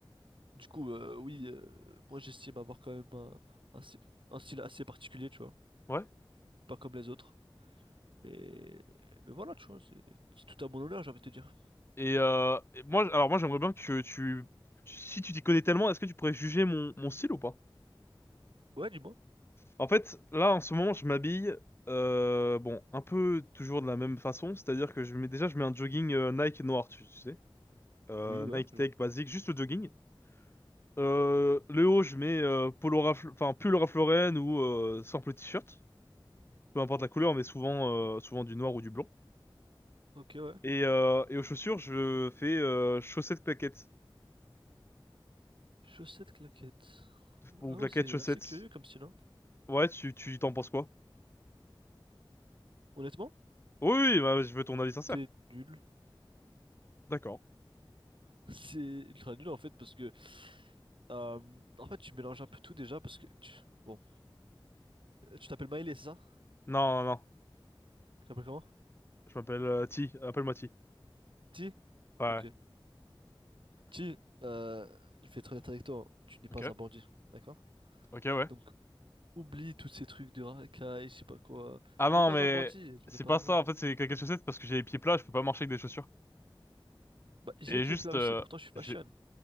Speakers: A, on the right; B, on the left.
A: Du coup, euh, oui, euh, moi j'estime avoir quand même un, un sty- un style assez particulier, tu vois.
B: Ouais.
A: Pas comme les autres. Mais, mais voilà, tu vois, c'est c'est tout à mon honneur, j'ai envie de te dire.
B: Et, euh, et moi, alors moi, j'aimerais bien que tu, tu- si tu t'y connais tellement, est-ce que tu pourrais juger mon, mon style ou pas?
A: Ouais, dis-moi.
B: En fait, là, en ce moment, je m'habille, euh, bon, un peu toujours de la même façon, c'est-à-dire que je mets déjà, je mets un jogging euh, Nike noir, tu, tu sais, Euh,
A: Oui, ouais,
B: Nike
A: genre.
B: Tech basique, juste le jogging. Euh, le haut, je mets euh, polo Ralph- enfin pull Ralph Lauren ou euh, simple t-shirt, peu importe la couleur, mais souvent, euh, souvent du noir ou du blanc.
A: Ok, ouais.
B: Et, euh, et aux chaussures, je fais euh, chaussettes claquettes.
A: Chaussettes claquettes.
B: Ou
A: Ah
B: claquettes
A: ouais, c'est
B: chaussettes.
A: assez curieux comme style, hein.
B: Ouais, tu, tu t'en penses quoi?
A: Honnêtement,
B: Oui, oui, bah, je veux ton avis sincère.
A: c'est nul.
B: D'accord.
A: <laughs> C'est ultra nul en fait, parce que. euh, en fait, tu mélanges un peu tout déjà, parce que. tu- Bon. Euh, Tu t'appelles Maïlé, c'est ça?
B: Non, non, non.
A: Tu t'appelles comment?
B: Je m'appelle euh, T. Appelle-moi T.
A: Ti?
B: Ouais.
A: Ok. Ti, euh, je vais être honnête avec toi, hein. Tu n'es pas
B: Ok,
A: un bandit, d'accord?
B: ok, ouais.
A: Donc. Oublie tous ces trucs de racaille, je sais pas quoi.
B: Ah
A: Tu
B: non,
A: n'es pas
B: mais
A: un bandit, tu
B: c'est
A: n'es pas
B: pas
A: un
B: ça.
A: bandit.
B: En fait, c'est claquettes chaussettes parce que j'ai les pieds plats, je peux pas marcher avec des chaussures.
A: Bah, j'ai
B: Et
A: les pieds
B: juste,
A: plats
B: euh,
A: aussi, pourtant je suis fashion.
B: j'ai...